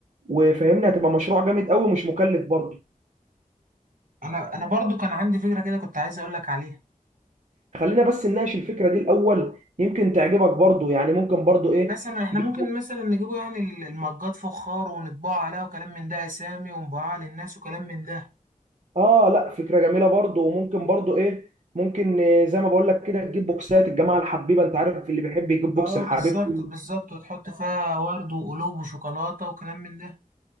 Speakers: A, on the right; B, on the right.
A: وفهمني هتبقى مشروع جامد قوي ومش مكلف برضه
B: انا انا برضه كان عندي فكره كده كنت عايز اقول لك عليها
A: خلينا بس نناقش الفكرة دي الاول يمكن تعجبك برضه يعني ممكن برضه ايه
B: مثلا احنا
A: تجيب
B: ممكن مثلا نجيبه يعني المجات فخار ونطبعه عليها وكلام من ده اسامي ونبيعها للناس وكلام من ده
A: اه لا فكرة جميلة برضه وممكن برضه ايه ممكن آه، زي ما بقول لك كده تجيب بوكسات الجماعة الحبيبة انت عارف اللي بيحب يجيب بوكس
B: اه
A: لحبيبته
B: بالظبط بالظبط وتحط فيها ورد وقلوب وشوكولاته وكلام من ده